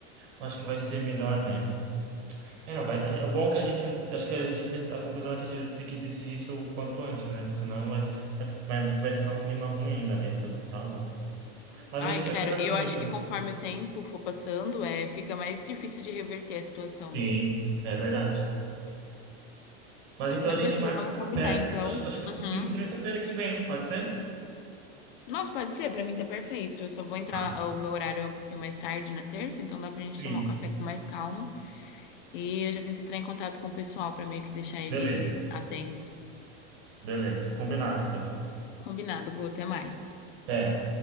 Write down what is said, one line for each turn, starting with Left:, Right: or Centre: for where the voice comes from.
Right: Eu Acho que vai ser melhor, né? É, não. Vai... É é bom que a gente. Acho que a gente vai. A conclusão é que a gente vai ter que decidir isso o quanto antes, né? Porque senão vai, vai, vai ficar o clima ruim ainda dentro da sala, né? Mas
Left: Ai,
Right: a gente
Left: sério,
Right: vai conversando,
Left: eu acho
Right: então.
Left: que conforme o tempo for passando, é, fica mais difícil de reverter a situação, né?
Right: Sim, é verdade. Mas então
Left: Mas
Right: a gente
Left: beleza,
Right: marca
Left: vamos
Right: um café.
Left: combinar então.
Right: Acho, acho que
Left: Uhum.
Right: eu consigo terça-feira que vem, pode ser?
Left: Nossa, pode ser, pra mim tá perfeito. Eu só vou entrar,
Right: Ah,
Left: ah, o meu horário é um pouquinho mais tarde na terça, então dá pra gente
Right: sim.
Left: tomar um café com mais calma. E eu já tento entrar em contato com o pessoal pra meio que deixar eles
Right: Beleza.
Left: atentos.
Right: Beleza. Combinado, então.
Left: Combinado, Gu, até mais.
Right: É.